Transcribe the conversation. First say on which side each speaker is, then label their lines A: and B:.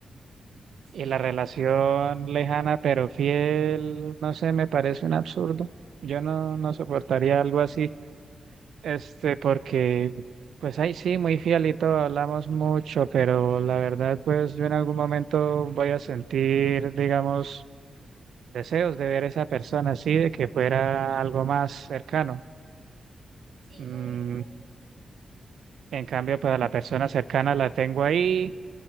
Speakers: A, on the right; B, on the right.
A: Sí,
B: y la relación lejana pero fiel, no sé, me parece un absurdo. Yo no, no soportaría algo así, este, porque pues ahí sí, muy fiel y todo, hablamos mucho, pero la verdad pues yo en algún momento voy a sentir, digamos, deseos de ver a esa persona así, de que fuera algo más cercano.
A: sí,
B: Mm,
A: correcto.
B: en cambio, pues a la persona cercana la tengo ahí